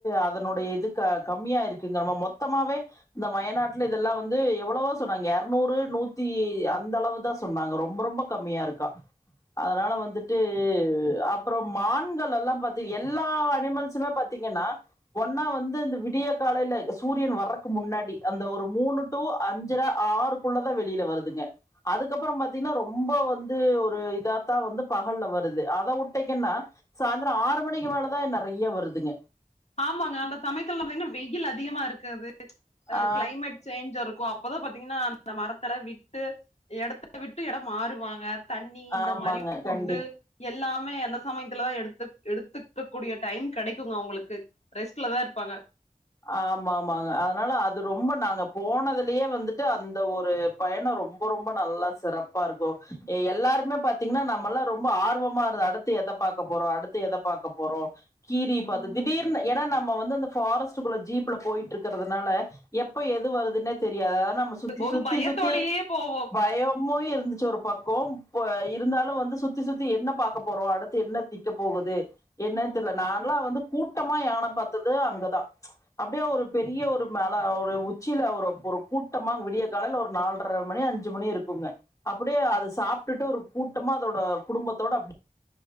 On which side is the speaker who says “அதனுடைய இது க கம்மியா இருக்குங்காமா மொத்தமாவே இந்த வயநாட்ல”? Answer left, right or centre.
Left